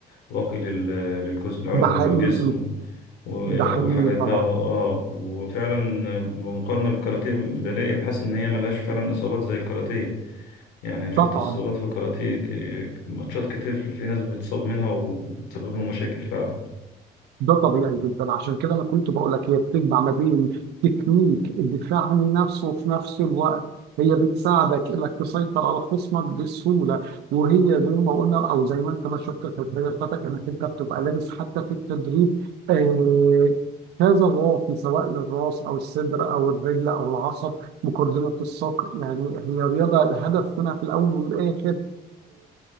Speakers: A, on the left; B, on the right.
A: واقي لل- للجزء العلوي
B: ده
A: من
B: حقيقي
A: الجسم و-
B: ده حقيقي
A: وحاجات بقى
B: طبعا
A: اه وفعلا بمقارنة بالكاراتيه بلاقي بحس إن هي ملهاش فعلا إصابات زي الكاراتيه يعني أنا شفت
B: طبعا
A: إصابات في الكاراتيه ك- ماتشات كتير في ناس بتصاب منها وتسبب لهم مشاكل فعلا
B: ده طبيعي جدا عشان كده انا كنت بقول لك هي بتجمع ما بين تكنيك الدفاع عن النفس وفي نفس الوقت هي بتساعدك انك تسيطر على خصمك بسهوله وهي زي ما قلنا او زي ما انت ما شفت في البدايه بتاعتك انك انت بتبقى لابس حتى في التدريب آه كذا واقي سواء للراس او الصدر او الرجل او العصب مقدمه الساق يعني هي رياضه الهدف منها في الاول والاخر